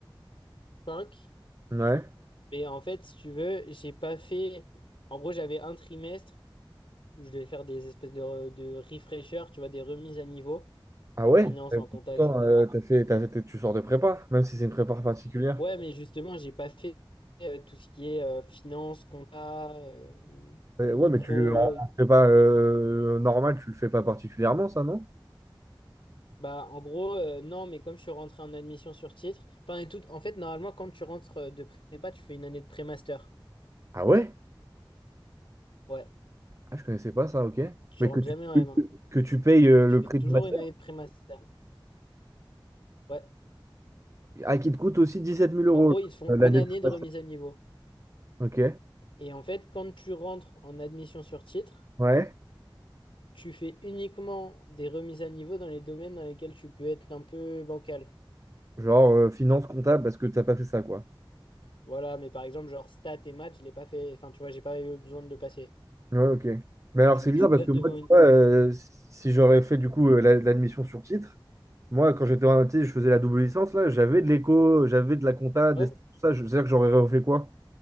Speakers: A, on the left; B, on the right.
A: 5.
B: Ouais.
A: Mais en fait, si tu veux, j'ai pas fait. En gros, j'avais un trimestre. où je devais faire des espèces de, re- de refreshers, tu vois, des remises à niveau
B: Ah
A: en
B: ouais?
A: finance,
B: Euh,
A: en compta,
B: Pourtant,
A: etc.
B: euh, t'as fait, t'as fait- t'es- tu sors de prépa, même si c'est une prépa particulière.
A: Ouais, mais justement, j'ai pas fait euh, tout ce qui est euh, finance, compta, euh, m-
B: Euh,
A: micro.
B: ouais, mais tu le en en
A: et-
B: prépa euh, normale, tu le fais pas particulièrement, ça, non?
A: Bah, en gros, euh, non, mais comme je suis rentré en admission sur titre, enfin, et tout, en fait, normalement, quand tu rentres euh, de prépa, tu fais une année de pré-master.
B: Ah ouais?
A: Ouais,
B: Ah, je connaissais pas ça, ok.
A: tu
B: Mais
A: rentres
B: que tu,
A: jamais en M1.
B: que tu payes euh,
A: Tu
B: le
A: fais
B: prix
A: toujours
B: du master,
A: une année de pré-master. Ouais.
B: ah, qui te coûte aussi dix-sept mille euros
A: En gros,
B: euh,
A: ils te font
B: l'année
A: une année
B: du
A: de
B: master.
A: remise à niveau.
B: Ok,
A: Et en fait, quand tu rentres en admission sur titre,
B: ouais.
A: Tu fais uniquement des remises à niveau dans les domaines dans lesquels tu peux être un peu bancal.
B: Genre euh, finance comptable parce que t'as pas fait ça, quoi.
A: Voilà, mais par exemple, genre stats et maths, je l'ai pas fait. Enfin, tu vois, j'ai pas eu besoin de le passer.
B: Ouais, ok. Mais alors
A: Tu,
B: c'est bizarre
A: tu passes
B: parce que
A: devant
B: moi, tu
A: une.
B: vois, euh, si j'aurais fait du coup euh, la- l'admission sur titre, moi quand j'étais en MT, je faisais la double licence, là, j'avais de l'éco, j'avais de la compta, des...
A: Ouais.
B: stats, tout ça, je veux dire que j'aurais refait quoi?